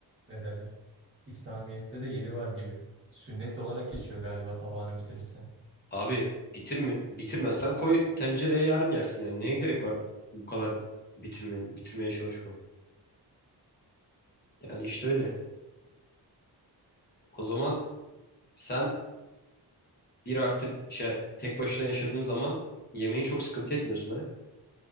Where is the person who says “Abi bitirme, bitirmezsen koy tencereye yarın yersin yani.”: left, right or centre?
Left